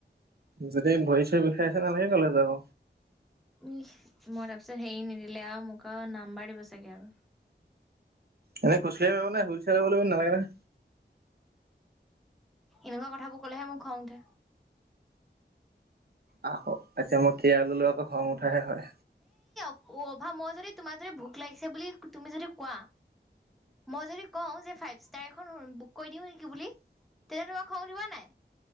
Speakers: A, on the right; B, in the centre.
A: যদি ভৰি চৰি বিষাই আছে। নালাগে কলেজ যাব।
B: উহ। মই তাৰপিছত হেৰি নিদিলে আৰু মোক আৰু নাম্বাৰ দিব চাগে আৰু।
A: এনে খোজকাঢ়িব পাব নাই হুলচ নালাগে নহয় <unintelligible>
B: এনেকুৱা কথাবোৰ কলেহে মোৰ খং উঠে।
A: আহ। আচচা মই কেৰা লোৱাটো খং উঠাহে হয়।
B: অ অভা, মই যদি তোমাৰ যদি ভোক লাগিছে বুলি তুমি যদি কোৱা মই যদি কওঁ, যে ফাইভ ষ্টাৰ এখন বুক কৰি দিওঁ নেকি বুলি? তেতিলে তোমাৰ খাওঁ দিবা নাই?